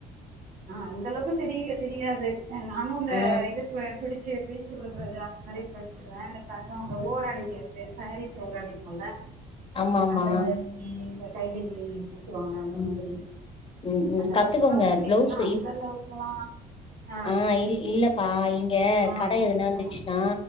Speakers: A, on the right (about 60°); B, on the left (about 35°).
A: அ அந்தளவுக்கு தெரிய தெரியாது நானு இந்த
B: ஆ
A: இதுப் பே பிடிச்சி பிடிச்சி குடுக்றது அந்த மாரி பிட்ச்சிடுவே இந்த பதோ இந்த ஓரடிக்கிறது சாரீஸ் ஓரோ அடிப்போல
B: ஆமா ஆமா
A: அந்த மாரி இந்தத் தைலி டுவாங்க அந்த
B: ம்
A: மாதிரி
B: ம்
A: அந்த
B: ம்
A: அளவுக்குல்லா
B: கத்துக்கோங்க
A: ஓக் இட்னா
B: ப்ளவுஸ்
A: அந்தளவுக்கலா ஆ
B: நைல் இல்லப் பா இங்க
A: ஆ
B: கட எதுனா இந்துச்சுனா
A: ம்